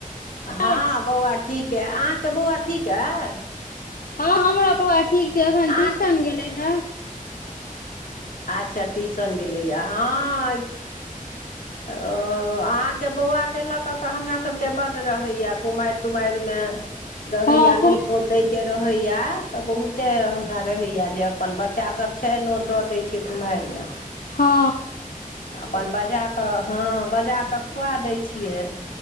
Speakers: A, on the left; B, on the left.
A: हां
B: अछि
A: बौआ ठीक ऐ, अहाँ के बौआ ठीक ऐ?
B: हां हमरा बौआ ठीक छै अखन
A: अहाँ
B: ट्यूशन गेलै हेँ।
A: अच्छा ट्यूशन गेलै यै हां की ओ अहाँ के बौआ के लऽ कऽ तऽ हमरा सब के बड्ड रहैया कुमाएर तुमाएर मे रहैया
B: हँ
A: नोत-तोत
B: कुमार
A: दय के रहैया तऽ बहुते हमरा रहैया जे अपन बच्चा सब छै, नोत दऽ दै छीयै कुमाएर मे
B: हँ
A: अपन बजा क अ हाॅं बजा कऽ खुआ दय छियै।